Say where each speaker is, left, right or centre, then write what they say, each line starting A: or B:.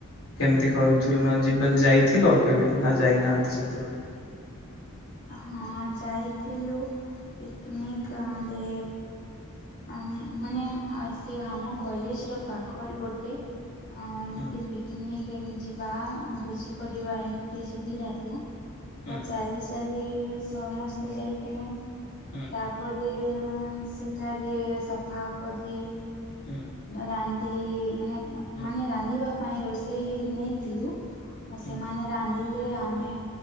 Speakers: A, on the left; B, on the left.
A: କେମିତି କରୁଥୁଲ ଯିବା ଯାଇଥିଲ କେବେ ନା ଯାଇନାହାନ୍ତି ସେତେବେଳେ?
B: ହଁ ଯାଇଥିଲୁ ପିକନିକ ଅଁ ଦେ ଅଁ ମାନେ ସେ ଆମ କଲେଜର ପାଖରେ ଗୋଟେ ଅଁ ଏମିତି
A: ହୁଁ
B: ପିକନିକ ଯିବା ଭୋଜି କରିବା ଏମିତି ସୁବିଧା ଥିଲା ତ
A: ହୁଁ
B: ଚାଲି ଚାଲି ସମସ୍ତେ ଯାଇଥିଲୁ।
A: ହୁଁ।
B: ତାପରେ ସେଠାରେ ସଫାକରି
A: ହୁଁ।
B: ରାନ୍ଧି ମାନେ
A: ହୁଁ
B: ମାନେ ରାନ୍ଧିବା ପାଇଁ ରୋଷେଇ ନେଇଥିଲୁ ସେମାନେ
A: ହୁଁ
B: ରାନ୍ଧିଲେ ଆମେ